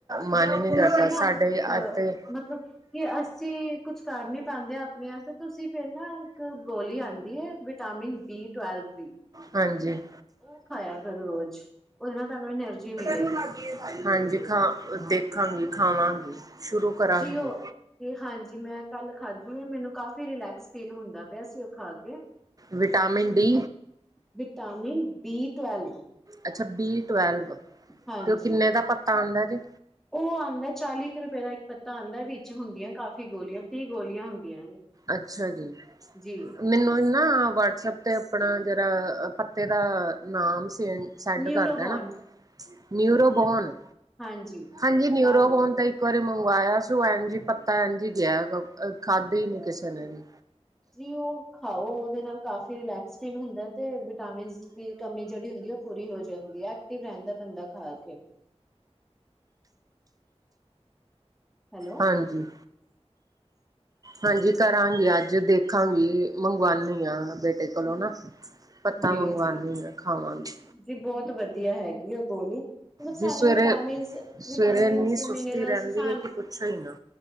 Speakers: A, on the right (about 30°); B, in the centre.
A: ਮਨ ਹੀ ਨਹੀਂ
B: ਤੁਸੀ
A: ਕਰਦਾ
B: ਨਾ
A: ਸਾਡੇ
B: ਅਹ
A: ਅੱਜ ਤੇ
B: ਮਤਲਬ ਕਿ ਅਸੀ ਕੁਛ ਕਰ ਨੀ ਦੇ ਆਪਣੇ ਤੁਸੀ ਫਿਰ ਨਾ ਇੱਕ ਗੋਲੀ ਆਂਦੀ ਹੈ ਵਿਟਾਮਿਨ ਬੀ ਟਵੈਲਵ ਦੀ
A: ਹਾਂਜੀ ਹਾਂ।
B: ਉਹ ਖਾਇਆ ਕਰੋ ਰੋਜ਼ ਉਹਦੇ ਨਾਲ ਤੁਹਾਨੂੰ ਐਨਰਜੀ ਮਿਲੇਗੀ
A: <unintelligible> ਹਾਂਜੀ ਖਾ ਦੇਖਾਂਗੀ ਖਾਵਾਂਗੀ। ਸ਼ੁਰੂ ਕਰਾਂਗੀ।
B: ਜੀ ਉਹ ਤੇ ਹਾਂਜੀ ਮੈਂ ਕੱਲ ਖਾਧੀ ਹ ਮੈਨੂੰ ਕਾਫੀ ਰਿਲੈਕਸ ਫੀਲ ਹੁੰਦਾ ਪਿਆ ਸੀ ਉਹ ਖਾ ਕੇ
A: vitamin D
B: vitamin B twelve
A: ਅੱਛਾ ਬੀ ਟੈਵਲਵ
B: ਹਾਂਜੀ
A: ਤੇ ਉਹ ਕਿੰਨੇ ਦਾ ਪੱਤਾ ਆਂਦਾ ਜੇ
B: ਉਹ ਆਂਦਾ ਚਾਲੀ ਕੁ ਰੁਪਏ ਦਾ ਇੱਕ ਪੱਤਾ ਆਂਦਾ ਵਿੱਚ ਹੁੰਦੀਆਂ ਕਾਫ਼ੀ ਗੋਲੀਆਂ ਤੀਹ ਗੋਲੀਆਂ ਹੁੰਦੀਆਂ ਨੇ।
A: ਅੱਛਾ ਜੀ।
B: ਜੀ
A: ਮੈਨੂੰ ਨਾ ਵਟਸਐਪ ਤੇ ਆਪਣਾ ਜਿਹੜਾ ਪੱਤੇ ਦਾ ਨਾਮ ਸੈਂ ਸੈਂਡ
B: ਨਿਊਰੋਬੋਨ
A: ਕਰ ਦੇਣਾ ਨਿਊਰੋਬੋਨ
B: ਹਾਂਜੀ
A: ਹਾਂਜੀ ਨਿਊਰੋਬੋਨ
B: ਲਾਲ
A: ਤਾਂ ਇੱਕ ਇੱਕ ਵਾਰੀ ਮੰਗਵਾਇਆ ਸੀ ਐਨਜੀ ਪੱਤਾ ਐਨਜੀ ਗਿਆ ਖਾਧੀ ਨੀ ਕਿਸੇ ਨੇ ਵੀ
B: ਜੀ ਉਹ ਖਾਓ ਉਹਦੇ ਨਾਲ ਕਾਫੀ ਰਿਲੈਕਸ ਫੀਲ ਹੁੰਦਾ। ਤੇ ਵਿਟਾਮਿਨ ਦੀ ਕਮੀ ਜਿਹੜੀ ਹੁੰਦੀ ਹੈ ਉਹ ਪੂਰੀ ਹੋ ਜਾਂਦੀ ਹੈ ਐਕਟਿਵ ਰਹਿੰਦਾ ਬੰਦਾ ਖਾ ਕੇ। <inaudible> ਹੈਲੋ
A: ਹਾਂਜੀ ਹਾਂਜੀ ਕਰਾਂਗੀ ਅੱਜ ਦੇਖਾਂਗੀ ਮੰਗਵਾਉਣੀ ਹਾਂ ਬੇਟੇ ਕੋਲੋਂ ਨਾ ਪੱਤਾ
B: ਜੀ
A: ਮੰਗਵਾਂਣੀ
B: ਜੀ
A: ਆਂ ਖਾਵਾਂਗੀ।
B: ਜੀ ਬਹੁਤ ਵਧੀਆ ਹੈਗੀ ਆ ਗੋਲੀ ਮਤਲਬ ਸਾਨੂੰ
A: ਜੀ ਸਵੇਰੇ
B: ਵਿਟਾਮਿਨਸ-
A: ਸਵੇਰੇ
B: ਵਿਟਾਮਿਨਸ
A: ਇੰਨੀ ਸੁਸਤੀ
B: ਮਿਨਰਲਸ
A: ਰਹਿੰਦੀ
B: ਸਾਨੂੰ
A: ਹੈ ਕਿ ਪੁੱਛੋ ਹੀ ਨਾ